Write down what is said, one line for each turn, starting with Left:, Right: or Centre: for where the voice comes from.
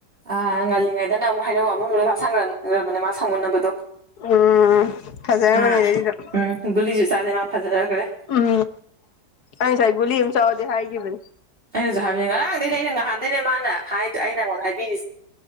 Right: ꯑ ꯉꯜꯂꯤꯉꯩꯗꯅ ꯑꯃꯨꯛ ꯍꯩꯅꯥꯎ ꯑꯃꯨꯟꯕꯗꯣ ꯆꯥꯁꯤꯟꯒꯔꯕꯅꯤꯅ ꯑꯃꯥ ꯁꯪꯃꯨꯟꯅꯕꯗꯣ
Left: ꯎꯝ ꯐꯖꯔꯝꯃꯅꯤ
Right: ꯃꯥ
Left: ꯑꯗꯩꯗꯤ ꯑꯗꯨꯝ
Right: ꯒꯨꯂꯥꯁꯨ ꯆꯥꯗꯦ ꯃꯥ ꯐꯖꯅꯔꯦ
Left: ꯎꯝ ꯑꯩ ꯉꯁꯥꯏ ꯒꯨꯂꯤ ꯑꯃ ꯆꯥꯎꯗꯦ ꯍꯥꯏꯈꯤꯕꯅꯦ
Right: ꯑꯩꯅꯁꯨ ꯍꯥꯏꯕꯅꯦ ꯉꯔꯥꯡꯗꯩꯅꯦ ꯑꯩꯅ ꯅꯍꯥꯟꯗꯩꯅꯦ ꯃꯥꯅ ꯍꯥꯏꯗꯣ ꯑꯩ ꯅꯪꯉꯣꯟꯗ ꯍꯥꯏꯕꯤꯔꯤꯁꯦ